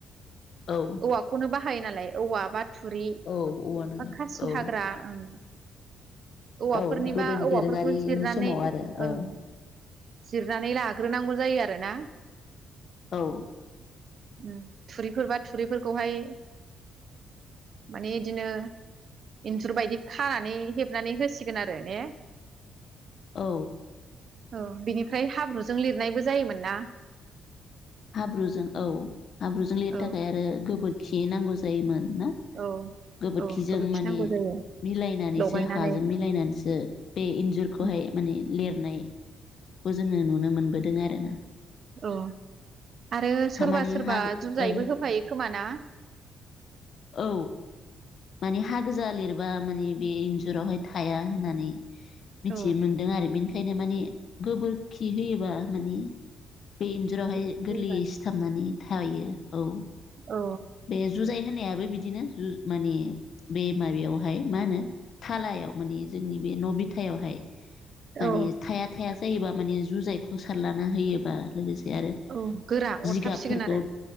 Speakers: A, on the left; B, on the right.
A: औ
B: औवाखौनो बा हायो नालाय औवा बा थुरि
A: औ औवा नाङा
B: बा खासि
A: औ
B: हाग्रा ओं। औवाफोरनिबा
A: औ गोदोनि
B: औवाफोरखौ
A: दोरोङारिनि
B: जिरनानै
A: समाव आरो
B: ओं
A: औ।
B: जिरनानै लाग्रोनांगौ जायो आरोना।
A: औ।
B: उम थुरिफोर बा थुरिफोरखौहाय माने बिदिनो इन्जुर बायदि खानानै हेबनानै हो सिगोन आरो ने।
A: औ।
B: औ बिनिफ्राय हाब्रुजों लिरनायबो जायोमोन ना।
A: हाब्रुजों औ हाब्रुजों लिरनो
B: औ
A: थाखाय आरो गोबोर खि नांगौ जायोमोन। ना
B: औ
A: गोबोरखिजों
B: औ गोबोरखि
A: माने
B: नांगौ जायो
A: मिलायनानैसो
B: लगायनानै
A: हाजों मिलायनानैसो बे इन्जुरखौहाय
B: उम
A: माने लिरनायखौ जोङो नुनो मोनबोदों आरो ना।
B: औ आरो सोरबा
A: माने
B: सोरबा
A: हा
B: जुजायबो
A: ओ
B: होफायो खोमा ना?
A: औ माने हा गोजा लिरबा माने बे इन्जुरावहाय थाया होननानै मिथि
B: औ
A: मोनदों आरो बेनि ओंखायनो माने गोबोरखि होयोबा माने बे इन्जुरावहाय
B: गोबोरखि
A: गोरलैयै
B: होबा
A: सिथाबनानै थायो औ
B: औ
A: बे जुजाय होनायाबो बिदिनो जु माने बे माबायावहाय मा होनो थालायाव माने जोंनि बे न' बिथायावहाय माने
B: औ
A: थाया थाया जायोबा माने जुजायखौ सारलाना होयोबा लोगोसे आरो
B: औ गोरा
A: जिगाबफोरखौ
B: अरथाबसिगोन आरो